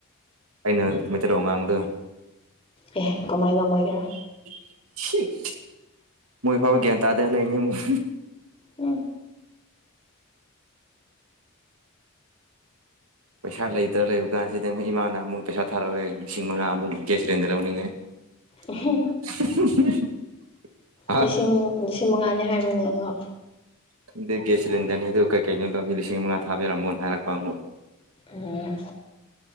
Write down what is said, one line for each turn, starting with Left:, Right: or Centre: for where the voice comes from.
Right: ꯑꯩꯅ ꯃꯩꯇꯩꯂꯣꯟ ꯉꯥꯡꯕꯗꯣ
Left: ꯑꯦꯍ ꯀꯃꯥꯏ ꯉꯝꯃꯣꯏꯒꯦꯔꯥ
Right: <unintelligible> ꯃꯣꯏ ꯐꯥꯎꯕ ꯒ꯭ꯌꯥꯟ ꯇꯥꯗꯅ ꯂꯩꯅꯤꯃꯨꯛ
Left: ꯎꯝ
Right: ꯄꯩꯁꯥ ꯂꯩꯇ꯭ꯔ ꯂꯩꯕ ꯀꯥꯟꯁꯤꯗ ꯃꯣꯏ ꯏꯃꯥꯅ ꯑꯃꯨꯛ ꯄꯩꯁꯥ ꯊꯥꯔꯛꯎꯍꯦ ꯂꯤꯁꯤꯡ ꯃꯉꯥꯃꯨꯛ ꯒ꯭ꯌꯥꯁ ꯁꯤꯂꯤꯟꯗꯔ ꯂꯧꯅꯤꯡꯉꯥꯏ
Left: ꯏꯍꯤ
Right: <unintelligible> ꯑꯥ
Left: ꯂꯤꯁꯤꯡ ꯂꯤꯁꯤꯡ ꯃꯉꯥꯅꯤ ꯍꯥꯏꯕꯅꯦꯀꯣ
Right: ꯈꯪꯗꯦ ꯒꯦꯁ ꯁꯤꯂꯤꯟꯗꯔꯅꯤ ꯑꯗꯨ ꯀꯩ ꯀꯩꯩꯅꯣ ꯂꯧꯒꯦ ꯂꯤꯁꯤꯡ ꯃꯉꯥ ꯊꯥꯕꯤꯔꯝꯃꯣꯅ ꯍꯥꯏꯔꯛꯄ ꯑꯃꯨꯛ
Left: ꯎꯝ